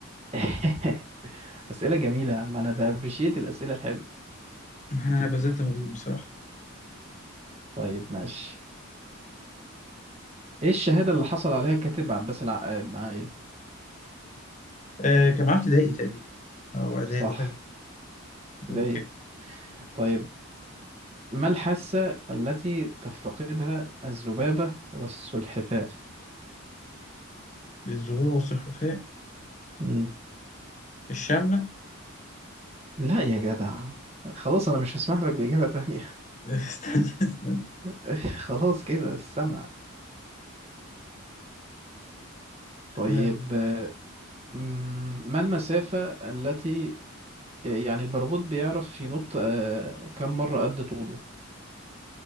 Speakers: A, on the right (about 30°); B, on the left (about 35°).
A: <laughs> اسئله جميله يا عم انا بابريشيت الاسئله الحلوه
B: إيه؟ أنا بذلت مجهود بصراحة
A: طيب ماشي ايه الشهادة اللي حصل عليها الكاتب عباس العقاد مع ايه؟
B: آه كان معاه ابتدائي تقريبا أو إعدادي
A: صح
B: حاجة
A: ابتدائية
B: أوكي
A: طيب ما الحاسة التي تفتقدها الذبابة والسلحفاة؟
B: الزهور والسلحفاة
A: مم.
B: الشم
A: لا يا جدع خلاص انا مش هسمح لك بإجابة تانية
B: <laughs> استنى استنى
A: <laughs> خلاص كده السمع طيب
B: آه،
A: آه، مم، ما المسافة التي يعني البرغوث بيعرف ينط آه، كم مرة قد طوله؟